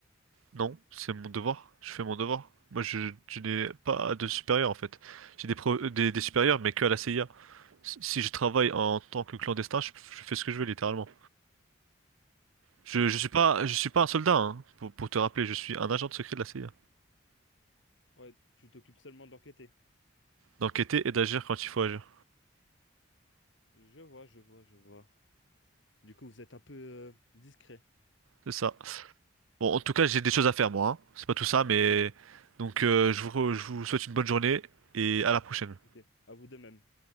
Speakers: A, on the right (about 85°); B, on the left (about 65°).
A: Non, c'est mon devoir, je fais mon devoir. Moi je, je n'ai pas de supérieur en fait. J'ai des, pro- des, des supérieurs mais que à la CIA. Si si je travaille en tant que clandestin, je, je fais ce que je veux littéralement. Je, je suis pas,
B: Ok.
A: je suis pas un soldat, hein, pour, pour te rappeler, je suis un agent de secret de la CIA.
B: Ouais, tu t'occupes seulement d'enquêter.
A: D'enquêter et d'agir quand il faut agir.
B: Je vois, je vois, je vois. Du coup, vous êtes un peu euh, discret.
A: C'est ça. Bon, en tout cas, j'ai des choses à faire, moi. hein. C'est pas tout ça, mais... Donc, euh, je vous, je vous souhaite une bonne journée et à la prochaine.
B: Ok. À vous de même.